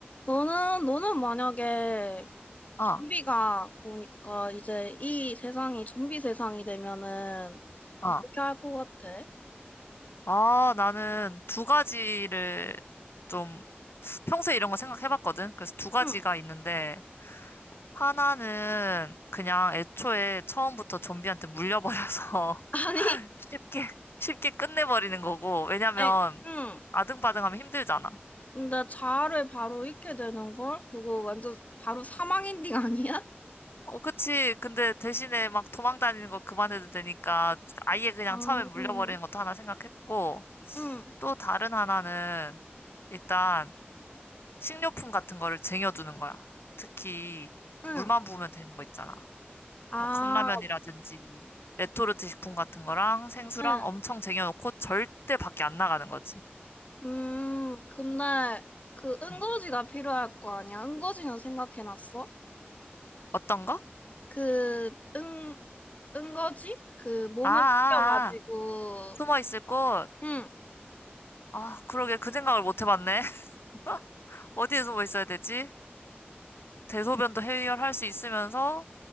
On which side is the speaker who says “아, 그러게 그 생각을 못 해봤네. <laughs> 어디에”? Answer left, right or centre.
Left